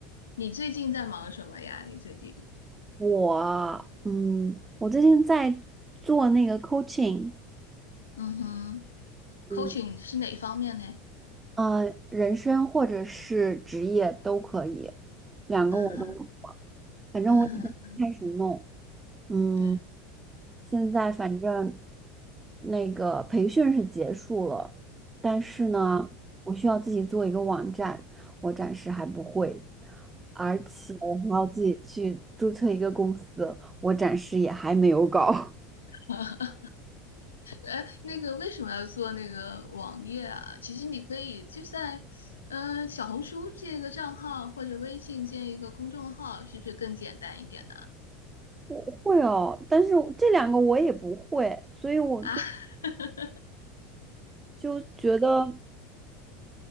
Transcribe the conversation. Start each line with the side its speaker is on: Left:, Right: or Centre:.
Left: 你最近在忙什么呀？你最近？
Right: 我，嗯，我最近在做那个 coaching。
Left: 嗯哼，coaching
Right: 嗯，
Left: 是哪一方面呢？
Right: 啊，人生或者是职业都可以，两个我都，
Left: 嗯哼，
Right: 反正我也是开始弄。
Left: 嗯哼，
Right: 嗯，
Left: 对，
Right: 现在反正那个培训是结束了，但是呢，我需要自己做一个网站，我暂时还不会，而且我还要自己去注册一个公司，我暂时也还没有搞。
Left: <laughs> 哎，那个为什么要做那个网页啊？其实你可以就在，嗯、小红书建一个账号，或者微信建一个公众号，是不是更简单一点呢？
Right: <laughs> 我会哦，但是我这两个我也不会，所以我就
Left: 啊，<laughs>
Right: 就觉得。